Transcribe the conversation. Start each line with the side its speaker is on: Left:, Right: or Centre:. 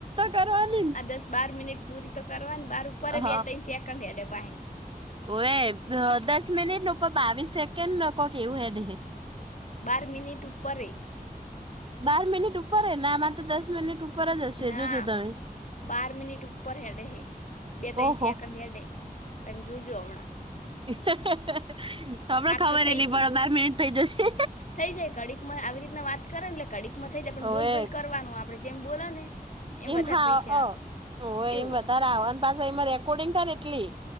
Right: કરવાની
Left: આ દસ બાર મિનિટ પૂરી તો કરવાની બાર ઉપર
Right: ને
Left: બે તઇન સેકન્ડ હેડે પાહે હી
Right: હોએ અ દસ મિનિટ ને ઉપર બાવીસ સેકન્ડન કોક એવું હેડે હે
Left: બાર મિનિટ ઉપરે
Right: બાર મિનિટ ઉપરે ના માંર તો દસ મિનિટ ઉપર જ હશે
Left: ના
Right: જોજો તમે
Left: બાર મિનિટ ઉપર હેડે હે, બે તઇન
Right: ઓહો
Left: સેકન્ડ હેડે. તમે જોજો હમણાં.
Right: હમણા
Left: હાથ
Right: ખબર
Left: તો થઈ
Right: એ નહિ
Left: ગઈ
Right: પડ બાર મિનિટ થઈ જશે
Left: થઈ જાય ઘડીક માં આવી રીતના વાત કરે ન એટલે ઘડીક માં થઈ જાય પણ
Right: ઓવે
Left: બૂલ બૂલ કરવાનું આપડે. જેમ બોલા ને
Right: એમ
Left: વધારે
Right: હા
Left: પૈસા
Right: અ
Left: આવે
Right: હોવે
Left: એવું
Right: એમ
Left: હોય
Right: વધારે આવ ને પાસા એમાં રેકોર્ડિંગ થાય ને એટલે